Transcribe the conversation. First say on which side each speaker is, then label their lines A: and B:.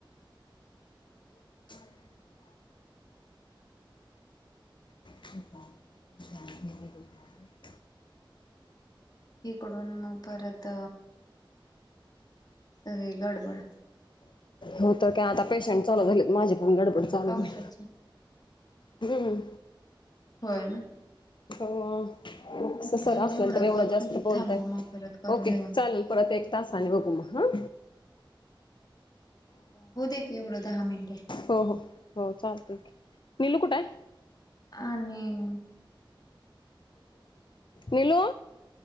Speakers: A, on the left (about 65°); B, on the left (about 50°).
A: <inaudible> <inaudible> <unintelligible>
B: इकडून मग परत सगळी गडबड
A: हो तर काय आता पेशंट चालू झालेत माझी पण गडबड चालू
B: पावसाच
A: होईल. गेली.
B: होय ना.
A: हो अ कस सर
B: झालं
A: असलं
B: एवढा
A: तर एवढं
B: कॉल
A: जास्त
B: करून
A: बोलतयेत
B: थांबव मग परत करू
A: ओके
B: निवांत
A: चालेल. परत एक तासाने बघू मग ह.
B: होऊ दे एवढं दहा मिनटं
A: हो हो हो चालते की निलू कुठ आहे.
B: <unintelligible>
A: नीलू